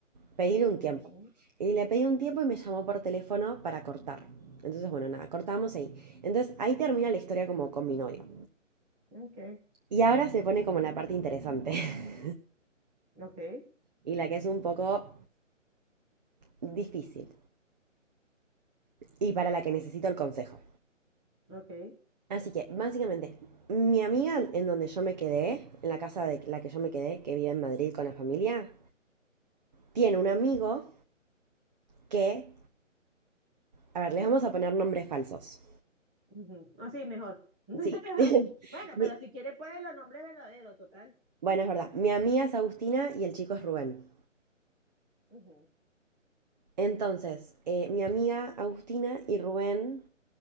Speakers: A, on the right (about 35°); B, in the centre.
A: pedirle un
B: ujú.
A: tiempo. Y le pedí un tiempo y me llamó por teléfono para cortar. Entonces, bueno, nada, cortamos ahí. Entonces, ahí termina la historia como con mi novio.
B: Ok,
A: Y ahora se pone como la parte interesante <laughs>
B: ok,
A: y la que es un poco difícil y para la que necesito el consejo.
B: ok.
A: Así que, básicamente, mi amiga en donde yo me quedé, en la casa de la que yo me quedé, que vive en Madrid con la familia, tiene un amigo que, a ver, les vamos a poner nombres falsos.
B: ujú. Ah, sí, mejor. <laughs>
A: Sí. <laughs>
B: Bueno,
A: Mi-
B: pero si quiere poner los nombres verdaderos, total.
A: Bueno, es verdad. Mi amiga es Agustina y el chico es Rubén.
B: Ujú,
A: Entonces, eh, mi amiga Agustina y Rubén